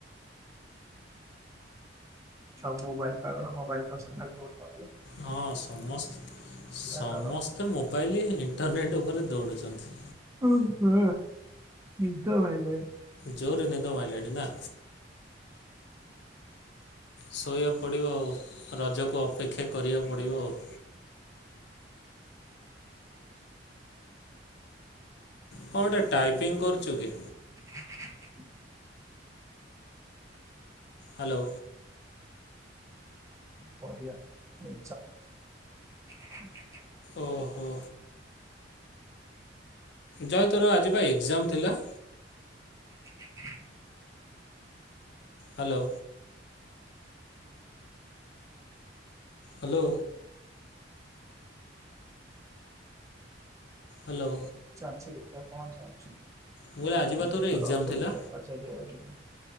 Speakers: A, on the right; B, on the left.
A: ସବୁ ମୋବାଇଲ୍ ପାଗଳ ମୋବାଇଲ୍ ପଛରେ ଖାଲି ପଢୁଚନ୍ତି।
B: ହଁ ସମସ୍ତ୍- ସମସ୍ତେ
A: ହେଲା ରଜ।
B: ମୋବାଇଲ୍, ଇଣ୍ଟରନେଟ୍ ଉପରେ ଦୌଡ଼ୁଚନ୍ତି।
A: ଓହୋ ନିଦ ମାଇଲାଣି।
B: ଜୋର୍ ରେ ନିିଦ ମାଇଲାଣି ନା? ଶୋଇବାକୁ ପଡ଼ିବ ଆଉ ରଜକୁ ଅପେକ୍ଷା କରିବାକୁ ପଡ଼ିବ ଆଉ। କଣ ଗୋଟେ ଟାଇପିଙ୍ଗ୍ କରୁଚୁ କି?
A: <inaudible>
B: ହାଲୋ।
A: କରିବା ଏଇ <unintelligible>
B: ଓହୋ। ଜୟ ତୋର ଆଜି ବା ଏକ୍ଜାମ୍ ଥିଲା?
A: <inaudible>
B: ହାଲୋ। ହାଲୋ। ହାଲୋ।
A: ଚାଲ୍ ଚି ଦେଖିଆ କଣ ଚାଲିଚି
B: ମୁଁ କହିଲି ଆଜି ବା
A: ଏବେ
B: ତୋର
A: ତ
B: ଏକ୍ଜାମ
A: ରଜ
B: ଥିଲା
A: ଦେଖିଆ ପଚାରିଆ କିଡୁ।